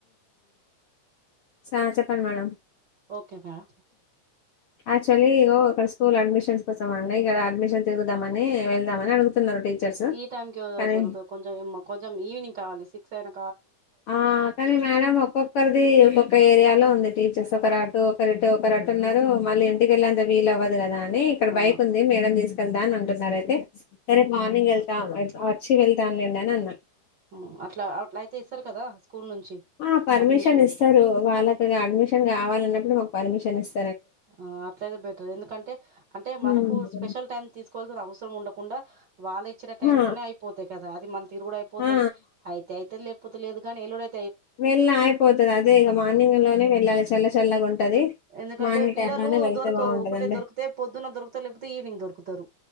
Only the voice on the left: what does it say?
సా చెప్పండి మేడం
యాక్చువలీ ఇగో ఒక స్కూల్ అడ్మిషన్స్ కోసం అని ఇక్కడ అడ్మిషన్ తిరుగుదామని వెళ్దామని అడుగుతున్నారు. టీచర్స్
కానీ
ఆ కానీ మేడం ఒక్కొక్కరిది ఒక్కొక్క ఏరియాలో ఉంది టీచర్స్ ఒకరంటు ఒకరిటు క్రాటున్నారు. మళ్ళి ఇంటికేలే అంత వీల్ అవ్వదు కదా అని ఇక్కడ
బైక్ ఉంది మేడం దిసుక్ ఏళ్తాన్ అని అంటున్నారు అయితే రేపు మార్నింగ్ ఏళ్ళతా వచ్చి వెళ్తాలేండి అని అన్నా
ఆ పర్మిషన్
ఇస్తారు. వాళ్ళకి అడ్మిషన్ కావాలన్నప్పుడు మాకు పర్మిషన్ ఇస్
హ్మ్.
ఆ
ఆ
వేల్ అయిపోతది అదే ఇగా మార్నింగ్ లోనే వెళ్ళాలి. చల్ల చల్లగా ఉంటది.
మార్నింగ్
టైమ్ లోనే వెళ్తే
బాగుంటదండి